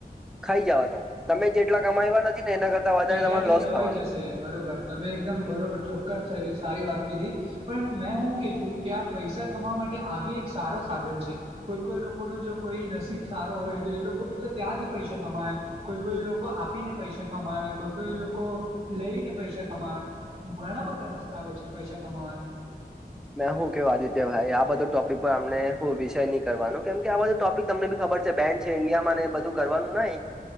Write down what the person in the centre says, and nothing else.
ખાઈ જવાનો તમે જેટલા કમાયવા નથી ને એના કરતા વધારે
તમારો લોસ
થવાનો
મે હું કેવું આદિત્ય ભાઈ આ બધો ટોપિક પર અમને હું વિષય નહી કરવાનો કેમ કે આ બધો ટોપિક તમને બી ખબર ખબર છે બેન્ડ છે ઇન્ડિયા માં એ બધું કરવાનું નહીં.